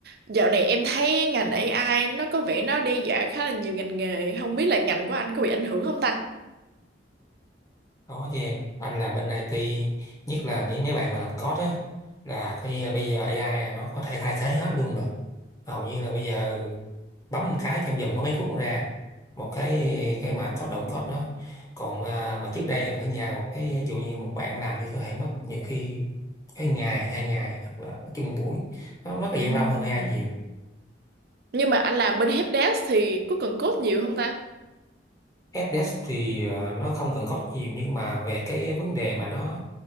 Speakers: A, on the right; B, on the left.
A: Dạo này em thấy ngành AI nó có vẻ nó đe dọa khá là nhiều ngành nghề, không biết là ngành của anh có bị ảnh hưởng không ta?
B: Có chứ em, anh làm bên IT, nhất là những mấy bạn mà làm code á, là coi như là bây giờ AI là nó có thể thay thế hết luôn rồi. Hầu như là bây giờ bấm một cái trong vòng có mấy phút nó ra một cái cái mã code động code đó. Còn à, mà trước đây là phải nhờ một cái ví dụ như một bạn làm đi có thể mất nhiều khi cái ngày, hai ngày hoặc là nói chung buổi nó rất là gian
A: Ừ.
B: lâu hơn AI
A: Ừ.
B: nhiều.
A: Nhưng mà anh làm bên helpdesk thì có cần code nhiều không ta?
B: Fdesk thì ờ, nó không cần code nhiều nhưng mà về cái vấn đề mà nó